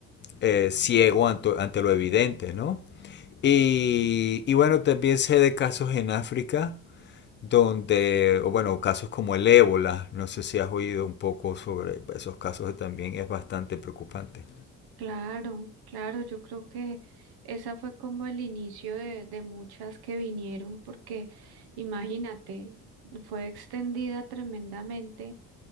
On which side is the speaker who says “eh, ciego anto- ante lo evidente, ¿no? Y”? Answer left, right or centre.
Left